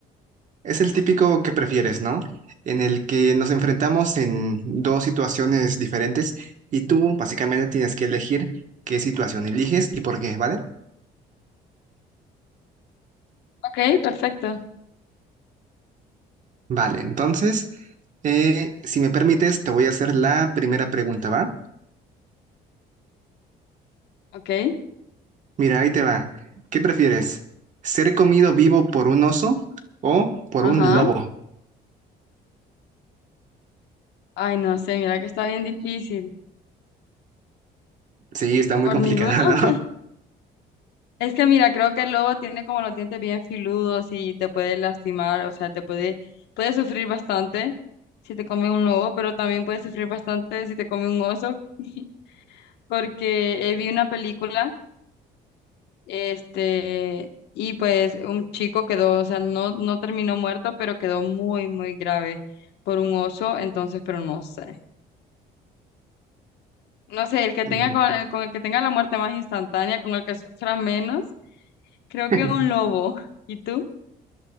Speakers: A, on the right; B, on the left.
A: Es el típico que prefieres, ¿no? En el que nos enfrentamos en dos situaciones diferentes y tú básicamente tienes que elegir qué situación eliges y por qué, ¿vale?
B: Ok, perfecto.
A: Vale, entonces, eh, si me permites, te voy a hacer la primera pregunta, ¿va?
B: Ok,
A: Mira, ahí te va. ¿Qué prefieres? ¿Ser comido vivo por un oso o por
B: ajá.
A: un lobo?
B: Ay, no sé, mira que está bien difícil.
A: Sí, está muy
B: ¿Por
A: complicada,
B: ninguno?
A: <laughs>
B: <laughs>
A: ¿no?
B: Es que mira, creo que el lobo tiene como los dientes bien filudos y te puede lastimar, o sea, te puede, puede sufrir bastante si te come un lobo, pero también puede sufrir bastante si te come un oso, <laughs> porque eh, vi una película. Este, y pues un chico quedó, o sea, no, no terminó muerto, pero quedó muy, muy grave por un oso, entonces, pero no sé. No sé, el que tenga
A: Mm.
B: con el, con el que tenga la muerte más instantánea, con el que sufra menos, creo
A: <laughs>
B: que un lobo. <laughs> ¿Y tú?